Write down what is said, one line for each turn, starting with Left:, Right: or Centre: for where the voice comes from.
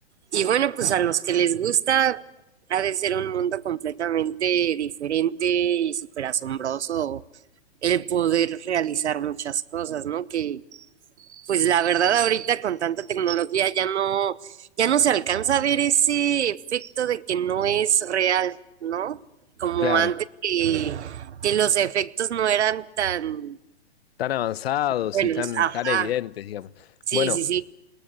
Right: Y bueno, pues a los que les gusta, ha de ser un mundo completamente diferente y súper asombroso el poder realizar muchas cosas, ¿no? Que pues la verdad ahorita con tanta tecnología ya no, ya no se alcanza a ver ese efecto de que no es real, ¿no? Como
Left: claro.
Right: antes que, que los efectos no eran tan
Left: tan avanzados
Right: buenos.
Left: y tan,
Right: Ajá,
Left: tan evidentes, digamos.
Right: sí,
Left: Bueno,
Right: sí, sí.